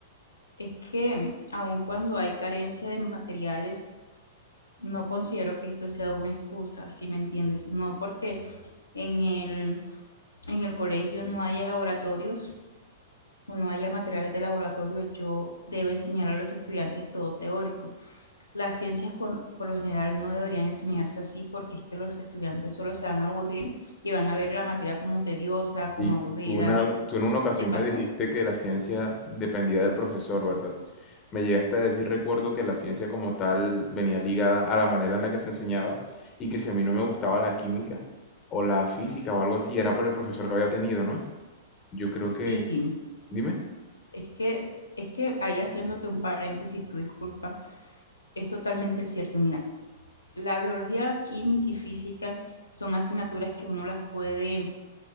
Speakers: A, on the left (about 85°); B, on the left (about 30°).
A: Es que aun cuando hay carencia de materiales, no considero que esto sea una excusa, si me entiendes. No porque en el, en el colegio no haya laboratorios o no haya materiales de laboratorio, yo debo enseñar a los estudiantes todo teórico. Las ciencias por, por lo general no deberían enseñarse así porque es que los estudiantes solo se van a aburrir y van a ver la materia como tediosa, como
B: Y
A: aburrida.
B: tú, una, tú en una ocasión
A: ¿Te pasó?
B: me dijiste que la ciencia dependía del profesor, ¿verdad? Me llegaste a decir, recuerdo que la ciencia como tal venía ligada a la manera en la que se enseñaba y que si a mí no me gustaba la química o la física o algo así, era por el profesor que había tenido, ¿no? Yo creo
A: Sí,
B: que... Dime.
A: Es que, es que ahí haciéndote un paréntesis, tu disculpa, es totalmente cierto. Mira, la biología química y física son asignaturas que uno las puede